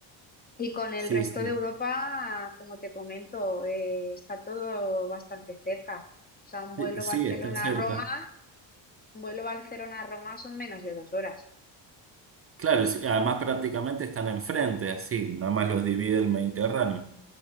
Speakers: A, on the left; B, on the right.
A: Y con el
B: Sí,
A: resto
B: sí.
A: de Europa, como te comento, eh, está todo bastante cerca. O sea, un vuelo
B: Sí, sí,
A: Barcelona-Roma,
B: están cerca.
A: un vuelo Barcelona-Roma son menos de dos horas.
B: Claro, sí, además prácticamente están enfrente, así, nada más los divide el Mediterráneo.